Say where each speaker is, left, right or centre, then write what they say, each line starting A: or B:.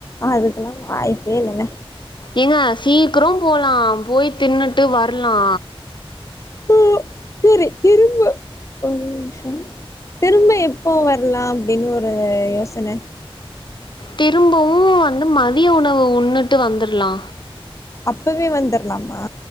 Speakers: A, on the left; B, on the left.
A: அதுக்கெல்லா வாய்ப்பே இல்லங்க
B: ஏங்க சீக்ர போலா போய் தின்னுட்டு வர்லா
A: ஓ செரி திரும்ப ஒரு நிமிஷ திரும்ப எப்போ வரலா அப்படின்னு ஒரு யோசன
B: திரும்பவு வந்து மதிய உணவு உண்ணுட்டு வந்தர்லா
A: அப்பவே வந்தர்லாமா